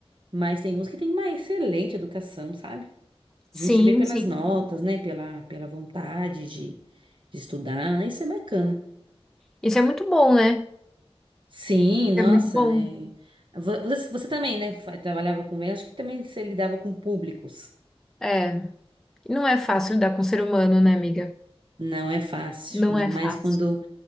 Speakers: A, on the right (about 55°); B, in the centre.
A: Mas tem uns que têm uma excelente educação, sabe?
B: Sim,
A: A gente vê pelas
B: sim.
A: notas, né? Pela, pela vontade de, de estudar, né? Isso é bacana.
B: Isso é muito bom, né?
A: Sim, nossa.
B: É muito bom.
A: é. Vo- Você, você também, né? fa- Trabalhava com vendas, acho que também você lidava com públicos.
B: É. Não é fácil lidar com o ser humano, né, amiga?
A: Não é fácil,
B: Não
A: ainda
B: é
A: mais
B: fácil.
A: quando